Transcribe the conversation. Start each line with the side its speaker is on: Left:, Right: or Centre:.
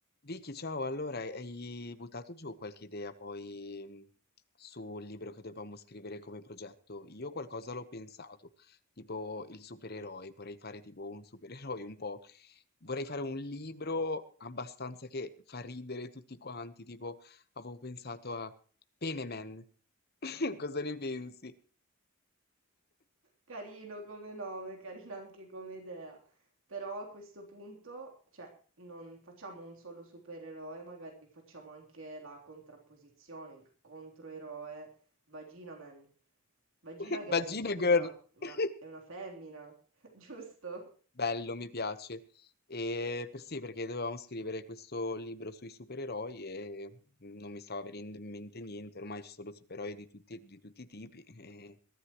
Left: Vicky, ciao, allora hai buttato giù qualche idea poi mh, sul libro che dovevamo scrivere come progetto? Io qualcosa l'ho pensato, tipo il supereroe, vorrei fare tipo un supereroe un po', vorrei fare un libro abbastanza che fa ridere tutti quanti, tipo avevo pensato a Peneman, <laughs> cosa ne pensi?
Right: Carino come nome, carina anche come idea. Però a questo punto, cioè, non facciamo un solo supereroe, magari facciamo anche la contrapposizione, il controeroe Vagina Man. Vagina
Left: <laughs>
Right: Girl,
Left: Vagina
Right: scusa,
Left: Girl!
Right: è una,
Left: <laughs>
Right: è una femmina, <laughs> giusto?
Left: Bello, mi piace. E per sì, perché dovevamo scrivere questo libro sui supereroi e non mi stava venendo in mente niente, ormai ci sono supereroi di tutti, di tutti i tipi. E il